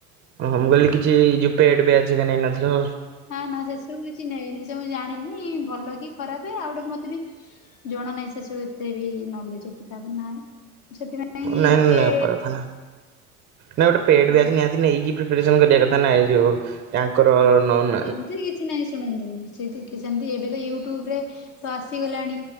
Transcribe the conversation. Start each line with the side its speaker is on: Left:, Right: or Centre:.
Right: ଅ ହଁ। ମୁଁ କହିଲି କିଛି ଯୋଉ ପେଡ ବ୍ୟାଚ୍ ହେରିକା ନେଇ ନଥିଲ?
Left: ନା ନା ସେସବୁ କିଛି ନେଇଁନି। ସେ ମୁଁ ଜାଣିନି ଭଲ କି ଖରାପେ ଆଉ ଗୋଟେ ମତେ ବି ଜଣା ନାହିଁ ସେସବୁ ଏତେ ବି ନଲେଜ୍ ଉପରେ। ତାପରେ ନାଇଁ। ସେଥିପାଇଁ
Right: ନାଇଁ
Left: କିଏ
Right: ନାଇଁ ହବା କଥା ନା। ନାଇଁ ଗୋଟେ ପେଡ୍
Left: ହଉ
Right: ବ୍ୟାଚ୍ ନିହାତି ନେଇକି ପ୍ରିପେରେସନ କରିବା କଥା ନା, ଏଇ ଯୋ ଆଙ୍କର ନନ୍
Left: ସେମତି କିଛି ନାହିଁ ଶୁଣନ୍ତୁ। ସେମତି ଏବେ ବି ୟୁଟ୍ୟୁବ ରେ ତ ଆସିଗଲାଣି।